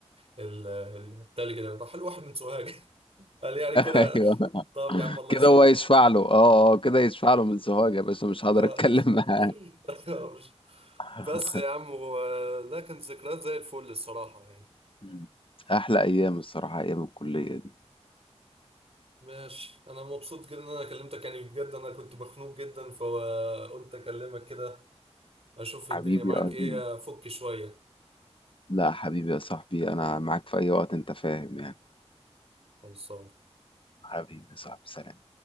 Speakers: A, on the right; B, on the left.
A: ال ال- التلج ده راح الواحد من سوهاج <laughs> قال يعني كده
B: ايوه
A: طب يا عم الله
B: كده
A: يسامحك
B: هو يشفع له اه اه كده يشفع له من سوهاج يا باشا مش هقدر
A: آه.
B: اتكلم معاه
A: <laughs> مش-
B: <laughs>
A: بس يا عم و- ده كانت ذكريات زي الفل الصراحة يعني
B: مم. احلى ايام الصراحه ايام الكليه دي
A: ماشي انا مبسوط جدا ان انا كلمتك يعني بجد انا كنت مخنوق جدا فقلت اكلمك كده اشوف الدنيا
B: حبيبي
A: معاك
B: يا ارمي
A: ايه افك شوية
B: لا حبيبي يا صاحبي انا معاك في اي وقت انت فاهم يعني
A: خلصان
B: حبيبي يا صاحبي سلام